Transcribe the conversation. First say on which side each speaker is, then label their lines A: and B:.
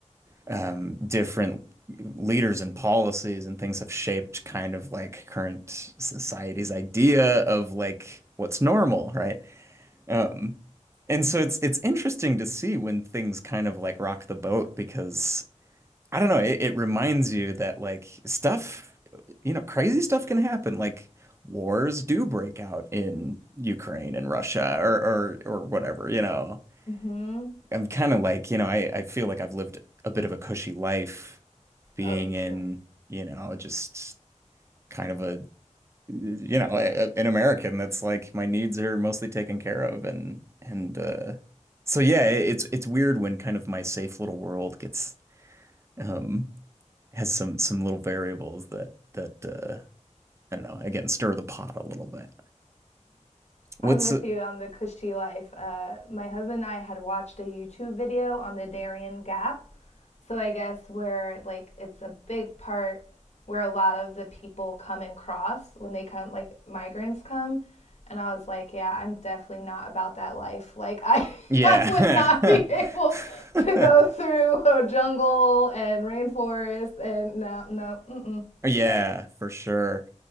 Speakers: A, on the right; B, on the left.
A: um, different leaders and policies and things have shaped kind of like current society's idea of like what's normal, right? Um, and so it's it's interesting to see when things kind of like rock the boat because I don't know, it, it reminds you that like stuff, you know, crazy stuff can happen. Like wars do break out in Ukraine and Russia or or or whatever, you know.
B: Mm,
A: I'm kind of like, you know, I, I feel like I've lived a bit of a cushy life being
B: Oh, me too.
A: in, you know, just kind of a, you know, a, an American that's like my needs are mostly taken care of and and uh so yeah, it- it's it's weird when kind of my safe little world gets um has some some little variables that that uh I don't know, again, stir the pot a little bit. What's
B: I'm with
A: uh,
B: you on the cushy life. Uh, my husband and I had watched a YouTube video on the Darien Gap. So I guess where like it's a big part where a lot of the people come and cross when they come, like migrants come. And I was like, yeah, I'm definitely not about that life. Like I, <laughs>
A: yeah.
B: I would not be able
A: <laughs>
B: to go through a jungle and rainforest and no, no, mm-mm,
A: Yeah,
B: nope.
A: for sure.